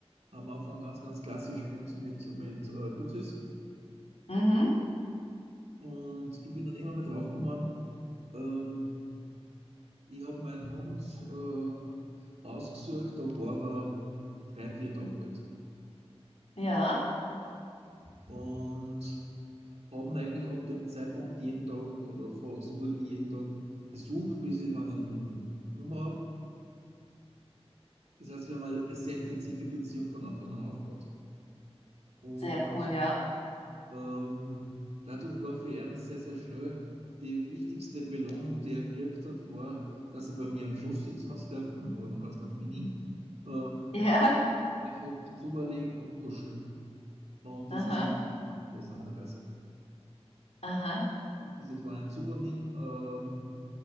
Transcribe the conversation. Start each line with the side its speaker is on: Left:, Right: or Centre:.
Right: am Anfang ganz, ganz klassisch mit, mit, mit äh, Gutsis
Left: Mhm.
Right: Und ich bin dann immer mal draufgekommen, ähm, ich habe meinen Hund äh, ausgesucht, da war er drei, vier Tage alt.
Left: Ja.
Right: Und habe ihn eigentlich ab dem Zeitpunkt jeden Tag oder vor- so gut wie jeden Tag besucht, bis ich ihn dann genommen habe. Das heißt, wir haben eine sehr intensive Beziehung von Anfang an aufgebaut. Und
Left: Sehr cool, ja.
Right: Ähm, dadurch war für ihn sehr, sehr schnell die wichtigste Belohnung, die er gekriegt hat, war, dass er bei mir am Schoß sitzen hat dürfen, und da war noch ganz, ganz mini, äh,
Left: <laughs> Ja.
Right: dafür zuberlegen und kuscheln. Und
Left: Aha.
Right: das ist es interessanterweise.
Left: Aha.
Right: Das ist Dieses war ein Zubernehmen, ähm,